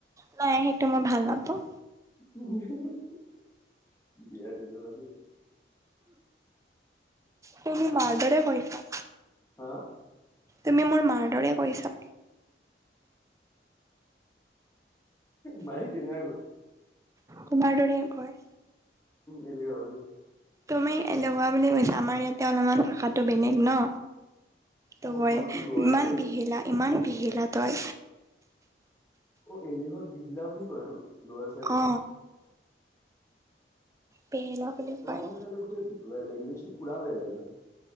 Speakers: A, on the right; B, on the left.
A: নাই সেইটো মই ভাল নাপাওঁ
B: <unintelligible>
A: তুমি মাৰদৰে কৈছা
B: হা
A: তুমি মোৰ মাৰ দৰে কৈছ
B: মায়ে কেনেকা কয়
A: তোমাৰ দৰে কয়
B: উম এলেহুৱা বুলি
A: তুমি এলেহুৱা বুলি কৈছা আমাৰ ইয়াতে অলপমান ভাষাটো বেলেগ ন ত
B: অ
A: কয়
B: তোমাৰতো লৱাৰ
A: ইমান
B: চাইডৰ
A: বিহেলা ইমান বিহেলা তই
B: অ এলেহুৱাক বিহিলা বুলি কয় ন লৱাৰ চাইডে
A: অ বেহেলা বুলি
B: তোমালেকে
A: কয়
B: চাগে গোটেই লেংগুৱেজটো পুৰা বেলেগ হয়